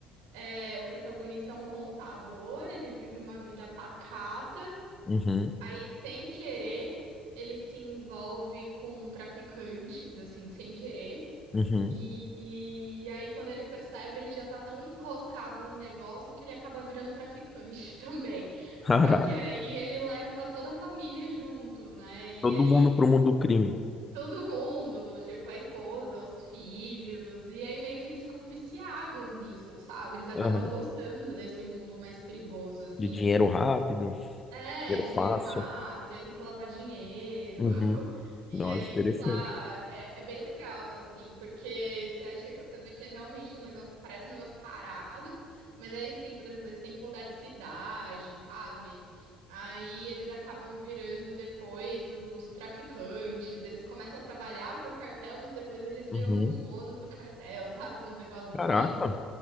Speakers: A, on the right; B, on the left.
A: é, o protagonista é um contador, ele vive uma vida pacata,
B: Uhum.
A: aí sem querer ele se envolve com traficantes, assim, sem querer.
B: Uhum.
A: E,
B: <laughs>
A: e aí, quando ele percebe, ele já tá tão enroscado no negócio que ele acaba virando traficante <laughs> também.
B: Caraca.
A: Só que aí ele leva toda a família junto, né? E
B: Todo
A: aí
B: mundo pro mundo do crime.
A: todo mundo, tipo, a esposa, os filhos, e aí meio que eles ficam viciados nisso, sabe? Eles acabam
B: Aham.
A: gostando desse mundo mais perigoso, assim.
B: De dinheiro rápido,
A: É,
B: dinheiro
A: dinheiro
B: fácil.
A: rápido, aí tem que lavar dinheiro.
B: Uhum.
A: <laughs> E
B: Nossa,
A: aí,
B: interessante.
A: sei lá, é, é bem legal, assim, porque você acha, você vê que é realmente um negócio, parece um negócio parado, mas aí sim, por exemplo, eles têm que mudar de cidade, sabe? Aí eles acabam virando depois os traficantes, eles começam a trabalhar pro cartel, mas depois eles viram
B: Uhum.
A: os donos do cartel, <laughs> sabe? Uns negócios
B: Caraca.
A: assim.